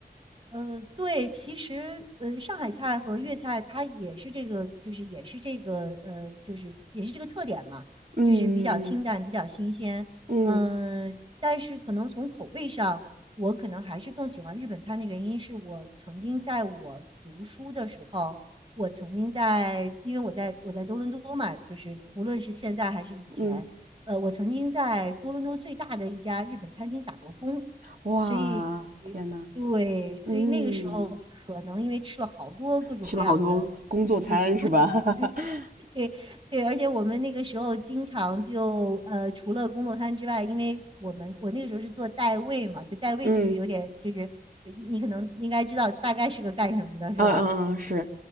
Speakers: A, on the right; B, on the right.
A: 嗯、对，其实呃，上海菜和粤菜它也是这个，就是也是这个呃，就是也是这个特点嘛，
B: 嗯嗯
A: 就是比较清淡，比较新鲜。
B: 嗯
A: 嗯、但是可能从口味上，我可能还是更喜欢日本餐的原因是我曾经在我读书的时候，我曾经在，因为我在我在多伦多嘛，就是无论是现在还是以前，
B: 嗯，嗯
A: 呃，我曾经在多伦多最大的一家日本餐厅打过工。
B: 哇，
A: 所以，
B: 天呐，
A: 对，
B: 嗯，
A: 所以那个时候可能因为吃了好多各种各样的
B: 吃了好多工作餐是吧？
A: 日餐，
B: <laughs>
A: <laughs> 对对，而且我们那个时候经常就呃，除了工作餐之外，因为我们我那个时候是做代位嘛，就代位就是有点就是呃你可能应该知道大概是个干什么的，
B: 嗯，
A: 是吧？
B: 嗯嗯嗯是，